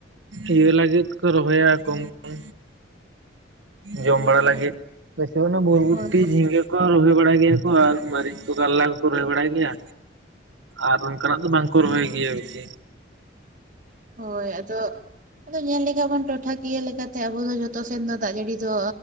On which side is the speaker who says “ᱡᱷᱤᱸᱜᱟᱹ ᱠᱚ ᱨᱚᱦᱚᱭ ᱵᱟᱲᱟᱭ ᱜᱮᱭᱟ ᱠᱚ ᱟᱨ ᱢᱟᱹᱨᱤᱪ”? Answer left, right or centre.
Right